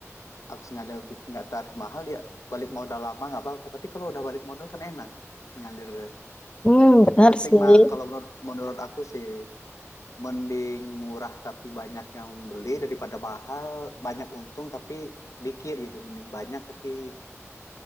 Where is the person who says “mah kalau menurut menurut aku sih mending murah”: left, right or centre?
Left